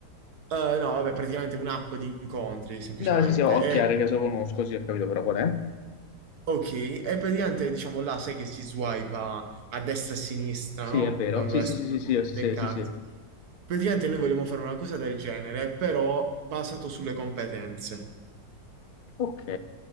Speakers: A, on the right; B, on the left.
A: eh, no, vabbè, praticamente un'app di incontri semplicemente.
B: No, sì, sì, ho
A: E-
B: chiaro che se lo conosco, sì, ho capito però qual è.
A: ok, e praticamente diciamo là sai che si swipa a destra e a sinistra,
B: Sì,
A: no?
B: è vero.
A: Quando
B: Sì,
A: escono
B: sì, sì, sì, sì, sì,
A: le
B: sì,
A: card.
B: sì. sì.
A: Praticamente noi vogliamo fare una cosa del genere, però basato sulle competenze.
B: Ok.